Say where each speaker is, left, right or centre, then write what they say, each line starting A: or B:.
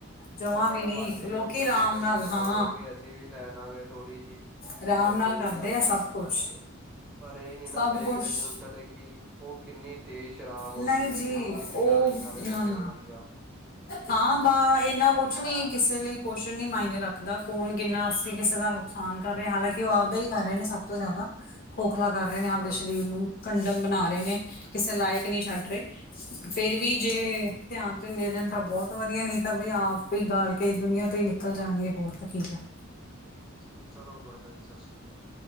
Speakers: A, on the left; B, in the centre.
A: ਜਮਾਂ
B: ਉਹਨਾਂ
A: ਵੀ
B: ਨੂੰ
A: ਨੀ
B: ਬਸ ਇਹ
A: ਲੋਕੀ
B: ਹੁੰਦਾ
A: ਆਰਾਮ
B: ਕਿ ਚਲੋ
A: ਨਾਲ
B: ਬਣਾ
A: ਹਾਂ
B: ਲੈਣਗੇ, ਅਸੀਂ ਵੀ ਲੈ ਲਾਗੇ ਥੋੜੀ ਜਿਹੀ। ਤੇ
A: ਆਰਾਮ
B: ਚਲੋ
A: ਨਾਲ
B: ਉਹ
A: ਕਰਦੇ
B: ਵੀ ਆਵਦਾ
A: ਆ ਸਭ
B: ਪੀ
A: ਕੁਛ
B: ਲੈਣਗੇ। ਪਰ ਇਹ ਨੀ
A: ਸਭ
B: ਨਾ ਵੇਖਦੇ
A: ਕੁਛ
B: ਪੁਲਿਸ ਆ ਤੇ ਕਿ ਉਹ ਕਿੰਨੀ ਤੇਜ਼ ਸ਼ਰਾਬ ਹੁੰਦੀ
A: ਨਹੀਂ ਜੀ
B: ਐ ਤੇ ਉਹ ਕਿੰਨੀ
A: ਉਹ
B: ਹਾਨੀਕਾਰ ਕ
A: ਨਾ
B: ਹੋ ਸਕਦੀ
A: ਨਾ
B: ਆ।
A: ਹਾਂ ਬਾਹ ਇੰਨਾ ਕੁਛ ਨੀ ਕਿਸੇ ਲਈ ਕੁਛ ਨੀ ਮਾਇਨੇ ਰੱਖਦਾ, ਕੌਣ ਕਿੰਨਾ ਅਸੀਂ ਕਿਸੇ ਦਾ ਨੁਕਸਾਨ ਕਰ ਰਹੇ, ਹਾਲਾਂਕਿ ਉਹ ਆਪਦਾ ਹੀ ਕਰ ਰਹੇ ਨੇ ਸਭ ਤੋਂ ਜ਼ਿਆਦਾ, ਖੋਖਲਾ ਕਰ ਰਹੇ ਨੇ ਆਪਦੇ
B: ਹਾਂਜੀ
A: ਸਰੀਰ ਨੂੰ। ਕੰਡਮ ਬਣਾ ਰਹੇ ਨੇ, ਕਿਸੇ ਲਾਇਕ ਨਹੀਂ ਛੱਡ ਰਹੇ। ਫੇਰ ਵੀ, ਜੇ ਧਿਆਨ 'ਚ ਦੇ ਦੇਣ ਤਾਂ ਬਹੁਤ ਵਧੀਆ ਨੀ ਤਾਂ ਬਈ ਆਪ ਹੀ ਗਾਲ ਕੇ, ਦੁਨੀਆਂ ਤੋਂ ਹੀ ਨਿਕਲ ਜਾਣਗੇ ਹੋਰ ਤਾਂ ਕੀ ਆ।
B: ਜੀ ਚਲੋ ਕੋਈ ਨਾ, ਜੀ ਸ਼ਸੀ ਸ਼੍ਰੀ ਅਕਾਲ।